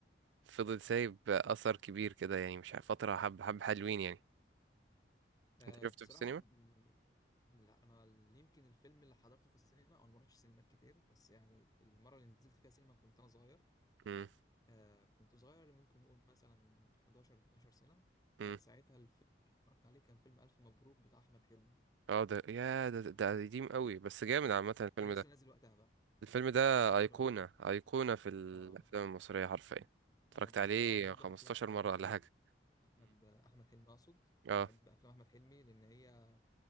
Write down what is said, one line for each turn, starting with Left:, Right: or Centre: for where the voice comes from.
Right: فضل سايب اثر كبير كده يعني مش عارف- فتره حب حب حلوين يعني
Left: أه
Right: انت شفته
Left: بصراحة
Right: في السينما
Left: م- لا انا ال- يمكن الفيلم اللي حضرته في السينما او انا ما رحتش سينمات كتير بس يعني المره اللي نزلت فيها سينما كنت انا صغير
Right: امم
Left: آه كنت صغير ممكن نقول مثلا 11 12 سنة
Right: امم
Left: كان ساعتها الفيلم اللي اتفرجت عليه كان فيلم ألف مبروك بتاع أحمد حلمي
Right: اه ده يا ده ده قديم قوي بس جامد عامه الفيلم
Left: كان لسه
Right: ده
Left: نازل وقتها بقى
Right: الفيلم ده
Left: كان لسه نازل
Right: ايقونه
Left: وقتها
Right: ايقونه في الافلام
Left: آه
Right: المصريه حرفيا اتفرجت
Left: أنا
Right: عليه
Left: بصراحة بحب
Right: 15
Left: أفلام أحمد
Right: مره
Left: مكي
Right: ولا حاجه
Left: أحمد آه، أحمد حلمي أقصد
Right: امم
Left: بحب أفلام أحمد حلمي لأن هي